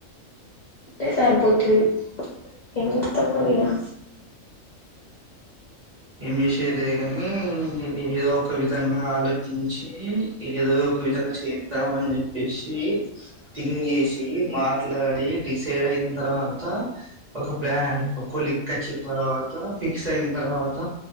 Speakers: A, on the left (about 45°); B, on the right (about 35°).
A: అట్టే సారిపోతు ఎంతవరయ్యా
B: ఏం విషయం లేదు కాని మీరు ఏదో ఒక విధంగా ఆలోచించి ఏదో ఒక విధంగా చేద్దామని చెప్పేసి టింగ్ చేసి మాట్లాడి డిసైడ్ అయిన తర్వాత ఒక ప్లాన్ ఒకలిక్ వచ్చిన తర్వాత ఫిక్స్ అయిన తర్వాత